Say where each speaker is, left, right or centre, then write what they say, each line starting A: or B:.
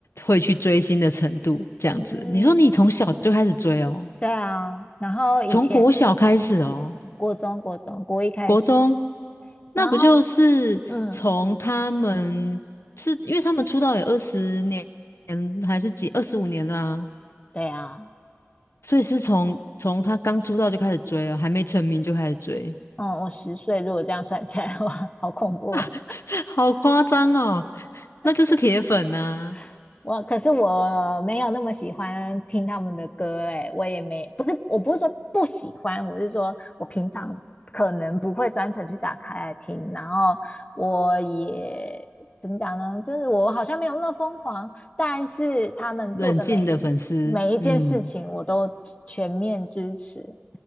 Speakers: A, on the left; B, on the left.
A: 会去追星的程度。这样子，
B: 嗯，
A: 你说你从小就开始追哦，
B: 对啊。然后以前
A: 从国小开始哦，
B: 国中国中国一开始，
A: 国中，那不就是从他们是因为他们出道有二十年
B: 然后嗯，
A: 还是几二十五年啦、
B: 对啊，
A: 所以是从从他刚出道就开始追哦，还没成名就开始追，
B: 嗯，我十岁，如果这样算起来的话，<laughs> 好恐怖哦。
A: <laughs> 好夸张哦，那就是铁粉呐、
B: 对，<laughs> 我可是我没有那么喜欢听他们的歌，哎，我也没，不是，我不是说不喜欢，我是说我平常可能不会专程去打开来听，然后我也怎么讲呢？就是我好像没有那么疯狂，但是他们做的每
A: 冷静的粉丝，
B: 每一件事情我都全面支持，
A: 嗯，